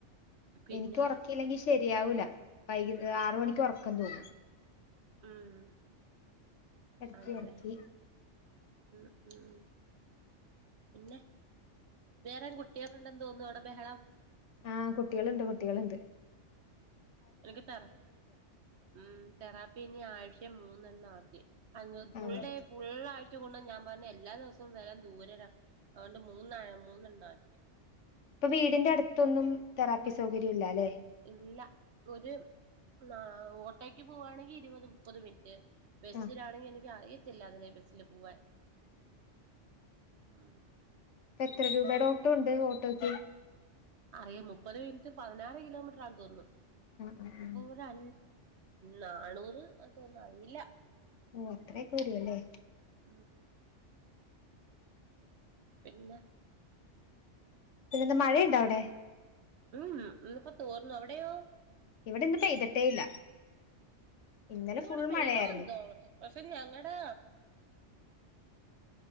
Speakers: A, on the right; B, on the left.
A: പിന്നെ
B: എനിക്ക് ഉറക്കല്ലെങ്കി ശെ ആവൂല വൈ ആറ്മണി ഉറക്കം തൂങ്ങും
A: ഉം
B: ത്തി
A: ആണല്ലേ
B: ഒർക്കി
A: ഉം ഉം പിന്നെ വേറെ കുട്ടികള്ണ്ടെന്ന്തോന്നു അവടെ ബഹളം
B: ആ കുട്ടികള്ണ്ട് കുട്ടികള്ണ്ട്
A: നിക്ക് തെറ മ്മ് തെറാപ്പി ഇനി ആഴ്ച മൂ ന്നന്നാ ഒക്കെ <unintelligible> ഫുൾഡേ
B: ആണോ
A: ഫുള്ള് ആയി ച്ചു കൊണ്ട് ഞാൻ പർഞ്ഞ് എല്ലാ ദിവസവും വെം ഇത് ദൂരലാ അയൊണ്ട് മൂന്ന് ആയ മൂന്ന് ഇണ്ടാക്കി
B: ഇപ്പ വീടിന്റെ അട്ത്തൊന്നും തെറാപ്പി സൗകര്യം ഇല്ലാലെ
A: ഇല്ല ഒര് ന്നാ ഓട്ടോക്ക് പോവാണെങ്കി ഇരുപത് മുപ്പത് മിൻറ്റ് ബെസ്സിലാണെങ്കി
B: ആഹ്
A: എനിക്ക് അറി ത്തില്ല അതിലെ ബ സ്സില് പോവാൻ മ്മ്
B: ഇപ്പ എത്ര രൂപേടെ ഓട്ടോ ണ്ട് ഓട്ടോക്ക്
A: അറിയ മുപ്പത് മിനിറ്റ് പതിനാറ് കിലോമീറ്റർ ആ തോന്നുന്നു
B: ആഹ് ആഹ്
A: അപ്പൊ
B: ആഹ്
A: ഒരു അ നാണൂറ് ആന്ന് തോന്നുന്ന് അറീല്ല
B: ഓ അത്രയൊക്കെ വരുവല്ലേ
A: മ്മ് പിന്ന
B: പിന്നെ എന്ത മഴണ്ടാ അവിടെ
A: മ്മ് ഇന്നിപ്പോ തോർന്നു അവ അവിടയോ
B: ഇവിടെ ഇന്ന് പെയ്തിട്ടേ ഇല്ല ഇന്നലെ
A: ഇന്ന് ഇവിടെ
B: ഫുൾ
A: പെയ്തോ
B: മഴയായിരുന്നു
A: എന്തോ പ പ്പ ഞങ്ങടെ